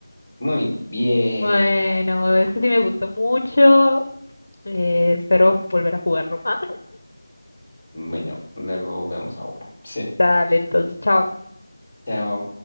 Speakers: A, on the left; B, on the left.
A: Muy bien.
B: Bueno, este sí me gustó mucho. Eh, espero volver a jugarlo. Ah,
A: Bueno, luego vemos ahora. Sí. <laughs>
B: dale, entonces, chao.
A: Chao.